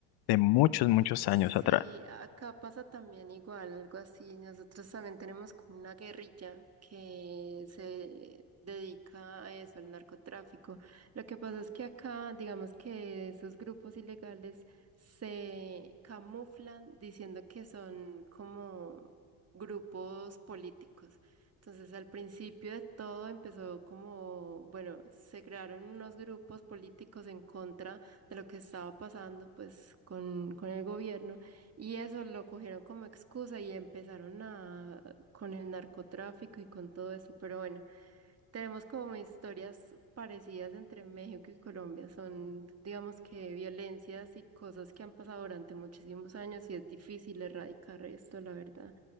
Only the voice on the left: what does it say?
de muchos, muchos
años atrás.